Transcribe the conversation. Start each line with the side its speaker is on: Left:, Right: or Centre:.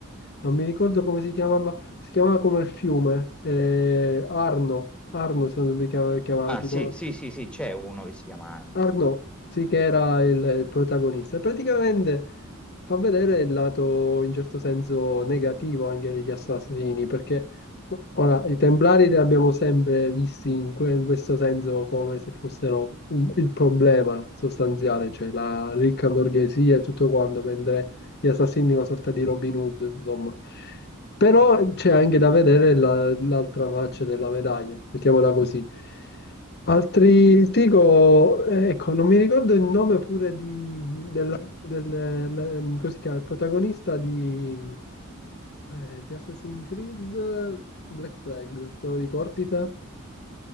Left: non mi ricordo come si chiamava, si chiamava come il fiume, eh, Arno, Arno se non mi chiama- chiamava,
Centre: Ah,
Left: tipo,
Centre: sì, sì, sì, sì, c'è uno che si chiama Anno.
Left: Arno, sì che era il, il protagonista. E Praticamente fa vedere il lato in certo senso negativo anche degli assassini, perché ora i Templari li abbiamo sempre visti in, que- in questo senso come se fossero un- il problema sostanziale, cioè la ricca borghesia e tutto quanto, mentre gli assassini una sorta di Robin Hood, insomma. Però c'è anche da vedere la- l'altra faccia della medaglia, mettiamola così. Altri, ti dico, eh, ecco, non mi ricordo il nome pure di, della, del, le- come si chiama, il protagonista di, eh, di Assassin's Creed Black Flag, te lo ricordi te?